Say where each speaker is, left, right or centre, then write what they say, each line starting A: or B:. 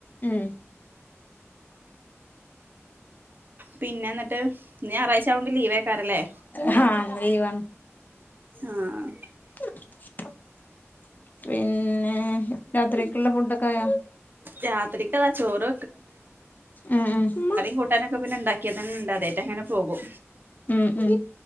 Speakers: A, on the left; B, on the right.
A: ഉം
B: പിന്നെ ഇന്നിട്ട് ഇന്ന് ഞായറാഴ്ച്ചായോണ്ട് ലീവെക്കാറല്ലേ.
A: ഹാ ഇന്ന് ലീവാണ്
B: ആഹ്
A: <unintelligible> പിന്നെ രാത്രിക്കുള്ള ഫുഡെക്കെയായോ?
B: രാത്രിക്കതാ ചോറ്
A: ഉം ഉം
B: കൂട്ടാനെക്കെ പിന്നെ ഒണ്ടാക്കിയത്തന്നെണ്ടാതായിട്ട് അങ്ങനെ പോകും.
A: ഉം ഉം